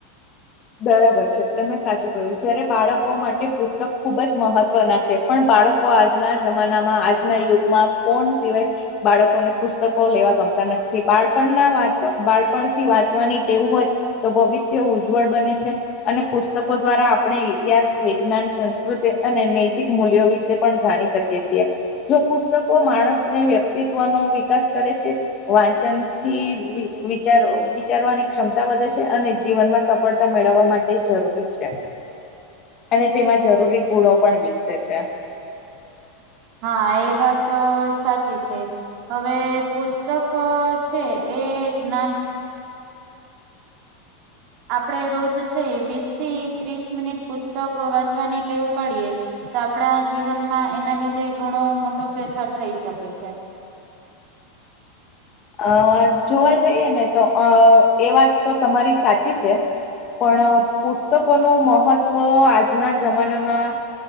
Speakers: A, on the left; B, on the right.
A: બરાબર છે તમે સાચું કહ્યું જયારે બાળકો માટે પુસ્તક ખુબ જ મહત્વના છે પણ બાળકો આજના જમાનામાં આજના યુગમાં ફોન સિવાય બાળકોને પુસ્તકો લેવા ગમતા નથી બાળપણના વાંચવા બાળપણથી વાંચવાની ટેવ હોય તો ભવિષ્ય ઉજ ઉજ્જવલ બને છે અને પુસ્તકો દ્વારા આપણે ઇતિહાસ વિજ્ઞાન સંસ્કૃતિ અને નૈતિક મૂલ્યો વિશે પણ જાણી શકીએ છીએ જો પુસ્તકો માણસને વ્યક્તિત્વનોો વિકાસ કરે છે વાંચનથી વિચાર વિચારવાની ક્ષમતા વધે છે અને જીવનમાં સફળતા મેળવવા માટે જરૂરી છે અને તેમાં જરૂરી ગુણો પણ વિકસે છે.
B: હા એ વાત સાચી છે હવે પુસ્તક છે એ જ્ઞાન આપણે રોજ છે વીસ થી ત્રીસ મિનિટ પુસ્તક વાંચવાની ટેવ પાડીએ તો આપણા જીવનમાં એના લીધે ઘણો મોટો ફેરફાર થઈ શકે છે.
A: અ જોવા જઈએ ને તો અ એ વાત તો તમારી સાચી છે પણ પુસ્તકોનું મહત્વ આજના જમાનામાં